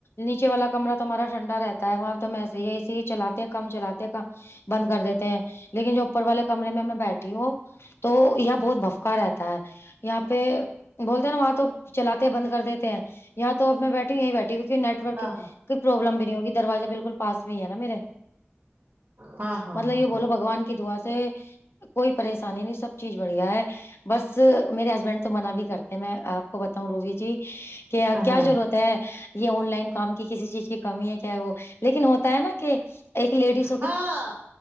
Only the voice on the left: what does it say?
نیچے والا کمرا تو ہمارا ٹھنڈا رہتا ہے وہاں تو ایسے ہی ہے اسی ہی چلاتے ہیں کم چلاتے ہیں کم بند کر دیتے ہیں لیکن جو اوپر والے کمرے میں میں بیٹھی ہوں تو یہاں بہت بف کا رہتا ہے یہاں پہ بولتے ہیں نا وہاں تو چلاتے بند کر دیتے ہیں یہاں تو اب میں بیٹھی ہ یہیں بیٹھی کیونکہ نیٹ ورک
کی کوئی پروابلم بھی نہیں ہوگی دروازہ بالکل پاس میں ہی ہے نا میرے
مطلب
یہ بولو بگوان کی دعا سے کوئی پریشانی نہیں سب چیز بڑھیا ہے بس میرے ہسبینڈ تو منع بھی کرتے میں آپ کو بتاؤں روہی جی کہ اب کیا
ضرورت ہے یہ آن لائن کام کی کسی چیز کی کمی ہے کیا وہ لیکن ہوتا ہے نا کہ ایک لیڈیز